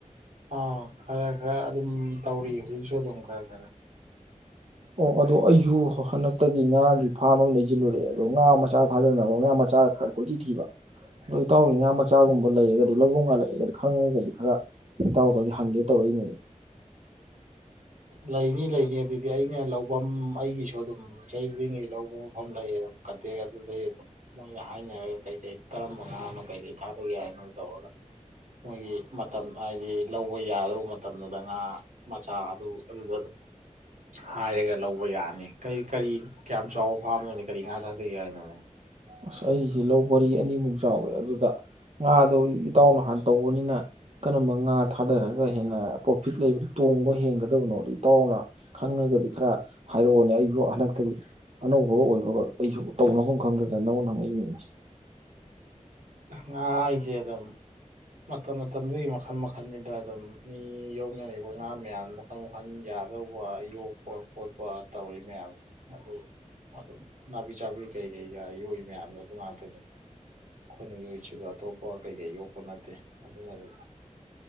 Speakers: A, on the right (about 80°); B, on the right (about 55°).
A: ꯑꯥ ꯈꯔ ꯈꯔ ꯑꯗꯨꯝ ꯇꯧꯔꯤ ꯍꯧꯖꯤꯛꯁꯨ ꯑꯗꯨꯝ ꯈꯔ ꯈꯔ
B: ꯑꯣ ꯑꯗꯣ ꯑꯩꯁꯨ ꯍꯟꯗꯛ ꯍꯟꯗꯛꯇꯤ ꯉꯥꯒꯤ ꯐꯥꯔꯝ ꯑꯃ ꯂꯩꯖꯤꯜꯂꯨꯔꯑꯦ ꯑꯗꯣ ꯉꯥ ꯃꯆꯥ ꯊꯥꯗꯅꯕ ꯉꯥ ꯃꯆꯥ ꯈꯔ ꯀꯣꯏꯊꯤ ꯊꯤꯕ ꯑꯗꯣ ꯏꯇꯥꯎꯒꯤ ꯉꯥ ꯃꯆꯥꯒꯨꯝꯕ ꯂꯩꯔꯒꯗꯤ ꯂꯧꯕꯝꯒ ꯂꯩꯔꯒꯗꯤ ꯈꯪꯉꯒꯗꯤ ꯈꯔ ꯏꯇꯥꯎꯗꯒꯤ ꯍꯪꯒꯦ ꯇꯧꯔꯛꯏꯅꯦ꯫
A: ꯂꯩꯅꯤ ꯂꯩꯅꯤ ꯑꯗꯨꯗꯤ ꯑꯩꯅ ꯂꯧꯕꯝ ꯑꯩꯒꯤꯁꯨ ꯑꯗꯨꯝ ꯆꯍꯤ ꯈꯨꯗꯤꯡꯒꯤ ꯂꯧꯕ ꯃꯐꯝ ꯂꯩꯌꯦꯕ ꯀꯟꯇꯦꯛ ꯑꯗꯨꯗꯩ ꯑꯗꯨꯝ ꯃꯣꯏꯗ ꯍꯥꯏꯅꯔꯒ ꯀꯩ ꯀꯩ ꯀꯔꯝꯕ ꯉꯥꯅꯣ ꯀꯩꯀꯩ ꯐꯥꯕ ꯌꯥꯏꯅꯣ ꯇꯧꯔꯒ ꯃꯣꯏꯒꯤ ꯃꯇꯝ ꯍꯥꯏꯗꯤ ꯂꯧꯕ ꯌꯥꯗꯧꯕ ꯃꯇꯝꯗꯨꯗ ꯉꯥ ꯃꯆꯥ ꯑꯗꯨ ꯑꯗꯨꯗ ꯑꯗꯨꯝ ꯍꯥꯏꯔꯒ ꯂꯧꯕ ꯌꯥꯅꯤ ꯀꯔꯤ ꯀꯔꯤ ꯀꯌꯥꯝ ꯆꯥꯎꯕ ꯐꯥꯝꯅꯣꯅꯤ ꯀꯔꯤ ꯉꯥ ꯊꯥꯛꯗꯒꯦ ꯍꯥꯏꯅꯣꯅꯦ꯫
B: ꯑꯁ ꯑꯩꯁꯦ ꯂꯧ ꯄꯔꯤ ꯑꯅꯤꯃꯨꯛ ꯆꯥꯎꯋꯦ ꯑꯗꯨꯗ ꯉꯥꯗꯣ ꯏꯇꯥꯎꯅ ꯍꯥꯟꯅ ꯇꯧꯕꯅꯤꯅ ꯀꯔꯝꯕ ꯉꯥ ꯊꯥꯗꯔꯒ ꯍꯦꯟꯅ ꯄ꯭ꯔꯣꯐꯤꯠ ꯂꯩꯕꯗꯨ ꯇꯣꯡꯕ ꯍꯦꯟꯒꯗꯕꯅꯣꯗꯣ ꯏꯇꯥꯎꯅ ꯈꯪꯉꯒꯗꯤ ꯈꯔ ꯍꯥꯏꯔꯛꯑꯣꯅꯦ ꯑꯩꯁꯨ ꯍꯟꯗꯛꯇꯒꯤ ꯑꯅꯧꯕꯒ ꯑꯣꯏꯕꯒ ꯑꯩꯁꯨ ꯇꯧꯅꯐꯝ ꯂꯥꯛꯐꯝ ꯈꯪꯗꯗꯅ ꯅ ꯅꯉꯣꯟꯗ ꯍꯪꯉꯛꯏꯅꯤ꯫
A: ꯉꯥ ꯍꯥꯏꯁꯦ ꯑꯗꯨꯝ ꯃꯇꯝ ꯃꯇꯝꯗꯨꯒꯤ ꯃꯈꯜ ꯃꯈꯜꯅꯤꯗ ꯑꯗꯨꯝ ꯃꯤ ꯌꯣꯛꯅꯔꯤꯕ ꯉꯥ ꯃꯌꯥꯝ ꯃꯈꯜ ꯃꯈꯜ ꯌꯥꯗꯧꯕ ꯌꯣꯛꯄ ꯈꯣꯠꯄ ꯇꯧꯔꯤ ꯃꯌꯥꯝꯗꯣ ꯑꯗꯨ ꯑꯗꯨꯝ ꯅꯥꯄꯤ ꯆꯥꯕꯤ ꯀꯩꯀꯩꯒ ꯌꯣꯛꯏ ꯃꯌꯥꯝꯗꯣ ꯑꯗꯨ ꯉꯥꯛꯇꯅꯤ꯫ ꯑꯩꯈꯣꯏꯅ ꯌꯣꯛꯏꯁꯤꯁꯨ ꯑꯇꯣꯞꯄ ꯀꯩꯀꯩ ꯌꯣꯛꯄ ꯅꯠꯇꯦ ꯑꯗꯨꯅ ꯑꯗꯨꯝ